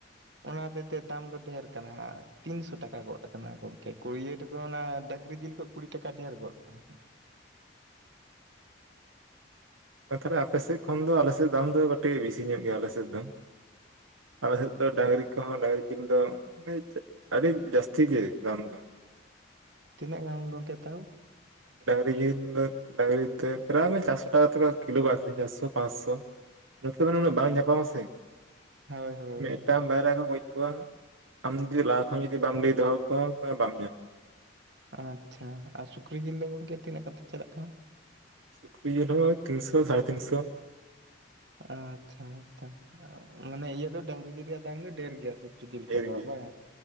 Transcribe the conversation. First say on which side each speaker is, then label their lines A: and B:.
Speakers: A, on the right; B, on the right.
A: ᱚᱱᱟ ᱦᱚᱛᱮᱫ ᱛᱮ ᱫᱟᱢ ᱫᱚ ᱰᱷᱮᱨ ᱠᱟᱱᱟ ᱦᱟᱸᱜ ᱛᱤᱱᱥᱚ ᱴᱟᱠᱟ ᱜᱚᱫ ᱟᱠᱟᱱᱟ ᱜᱚᱝᱠᱮ, ᱠᱩᱲᱭᱟ ᱴᱟ ᱛᱚ ᱚᱱᱟ ᱰᱟᱝᱨᱤ ᱡᱤᱞ ᱠᱷᱚᱡ ᱠᱩᱲᱤ ᱴᱟᱠᱟ ᱰᱷᱮᱨ ᱜᱚᱫ ᱠᱟᱱᱟ᱾
B: ᱚ ᱛᱟᱦᱟᱞᱮ ᱟᱯᱮᱥᱮᱫ ᱠᱷᱚᱱ ᱫᱚ ᱟᱞᱮᱥᱮᱫ ᱫᱟᱢ ᱫᱚ ᱠᱟᱹᱴᱤᱡ ᱵᱤᱥᱤ ᱧᱚᱜ ᱜᱮᱭᱟ ᱟᱞᱮᱥᱮᱫ ᱫᱚ᱾ ᱟᱞᱮ ᱥᱮᱫ ᱫᱚ ᱰᱟᱝᱨᱤ ᱠᱚᱦᱚᱸ ᱰᱟᱹᱝᱨᱤ ᱡᱤᱞ ᱫᱚ ᱢᱟᱱᱮ <inaudible> ᱪᱮᱫ ᱟᱹᱰᱤ ᱡᱟᱹᱥᱛᱤ ᱜᱮ ᱫᱟᱢ ᱫᱚ᱾
A: ᱛᱤᱱᱟᱹᱜ ᱜᱟᱱ ᱜᱚᱢᱠᱮ ᱛᱟᱣ?
B: ᱰᱟᱹᱝᱨᱤ ᱡᱤᱞ ᱰᱟᱹᱝᱨᱤ ᱛᱮ ᱯᱨᱟᱭ ᱢᱟᱱᱮ ᱪᱟᱨᱥᱚ ᱴᱟᱠᱟ ᱠᱟᱛᱮ ᱠᱚ ᱠᱤᱞᱳ ᱠᱚ ᱟᱠᱷᱨᱤᱧ ᱪᱟᱨᱥᱚ ᱯᱟᱸᱪᱥᱚ᱾ ᱱᱚᱛᱮ ᱢᱟᱱᱮ ᱩᱱᱟᱹᱜ ᱵᱟᱝ ᱧᱟᱯᱟᱢᱟ ᱥᱮ,
A: ᱦᱳᱭ ᱦᱳᱭ
B: ᱢᱤᱫᱴᱟᱝ ᱵᱟᱭᱨᱟ ᱠᱚ ᱜᱚᱡ ᱠᱚᱣᱟ ᱟᱢ ᱡᱩᱫᱤ ᱞᱟᱦᱟ ᱠᱷᱚᱱ ᱡᱩᱫᱤ ᱵᱟᱢ ᱞᱮᱭ ᱫᱚᱦᱚᱭᱟ ᱠᱚᱣᱟ ᱛᱚᱵᱮ ᱵᱟᱢ ᱧᱟᱢᱟ᱾
A: ᱟᱪᱪᱷᱟ ᱟᱨ ᱥᱩᱠᱨᱤ ᱡᱤᱞ ᱫᱚ ᱜᱚᱝᱠᱮ ᱛᱤᱱᱟᱹᱜ ᱠᱟᱛᱮ ᱪᱟᱞᱟᱜ ᱠᱟᱱᱟ?
B: ᱥᱩᱠᱨᱤ ᱡᱤᱞ ᱦᱚᱸᱜ-ᱚᱭ ᱛᱤᱱ ᱥᱚ ᱥᱟᱲᱮ ᱛᱤᱱ ᱥᱚ᱾
A: ᱟᱪᱪᱷᱟ ᱟᱪᱪᱷᱟ ᱢᱟᱱᱮ ᱤᱭᱟᱹ ᱫᱚ ᱰᱟᱹᱝᱨᱤ ᱡᱤᱞ ᱨᱮᱭᱟᱜ ᱫᱟᱢ ᱫᱚ ᱰᱷᱮᱨ ᱜᱮᱭᱟ ᱥᱮ <unintelligible> ᱡᱤᱞ
B: ᱰᱷᱮᱨ
A: ᱠᱷᱚᱡ ᱫᱚ
B: ᱜᱮᱭᱟ
A: ᱵᱟᱝ,